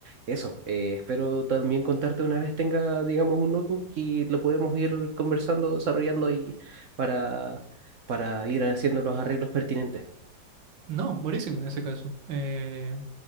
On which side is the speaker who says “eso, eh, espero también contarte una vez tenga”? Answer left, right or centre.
Right